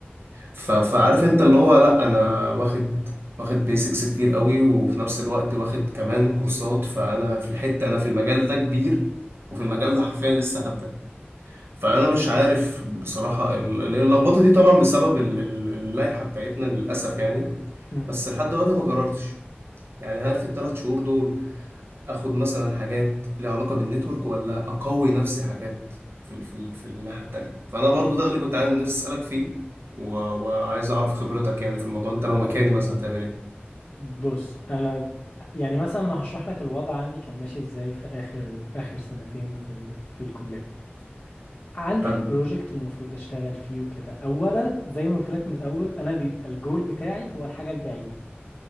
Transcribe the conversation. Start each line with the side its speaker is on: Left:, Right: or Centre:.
Right: ف- فعارف انت اللي هو لا انا واخد واخد بيزكس كتير قوي وفي نفس الوقت واخد كمان كورسات فانا في الحتة انا في المجال ده كبير وفي المجال ده حرفيا لسه هبدأ فانا مش عارف بصراحة ال- ال- اللخبطة دي طبعا بسبب ال- ال- اللائحة بتاعتنا للأسف يعني
Left: امم
Right: بس لحد دلوقتي ما قررتش يعني هل في الثلاث شهور دول اخد مثلا حاجات ليها علاقه بالنتورك ولا اقوي نفسي حاجات في ال في ال في الناحيه التانية فانا برضو ده اللي كنت عايز نفسي اسالك فيه و... وعايز اعرف خبرتك يعني في الموضوع انت لو مكاني مثلا هتعمل ايه
Left: بص انا يعني مثلا انا هشرح لك الوضع عندي كان ماشي ازاي في اخر اخر سنتين في ال... في الكليه عندي
Right: حلو
Left: البروجكت اللي المفروض اشتغل فيه وكده اولا زي ما قلت لك من الاول انا بيبقى الجول بتاعي هو الحاجه البعيده